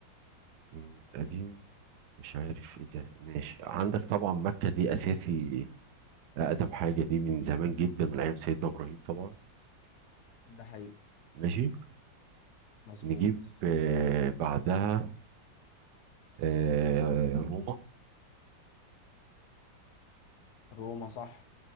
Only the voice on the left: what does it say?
ده حقيقي
مظبوط
روما صح